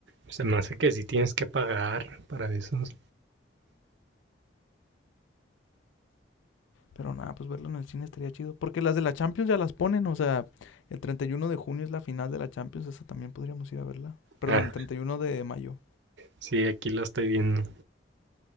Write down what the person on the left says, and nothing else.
Pero nada, pues verlo en el cine estaría chido. Porque las de la Champions ya las ponen. O sea, el 31 de junio es la final de la Champions. Esa también podríamos ir a verla. Perdón,
el 31 de mayo.